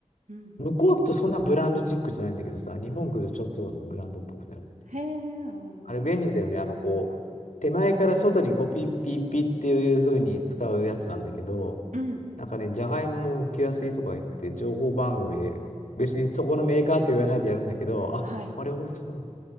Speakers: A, on the right; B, on the left.
A: うん。
B: う。向こうってそんなブランドチックじゃないんだけどさ、日本来るとちょっとブランドっぽくなる。
A: へえ。おー
B: あれ便利だよね。あの、こう、手前から外にこうピッピッピーっていう風に使うやつなんだけど、
A: うん。
B: なんかね、じゃがいもも剥きやすいとか言って、情報番組で、別にそこのメーカーと言わないでやるんだけど、あ、
A: はい。
B: あれ、オフそう。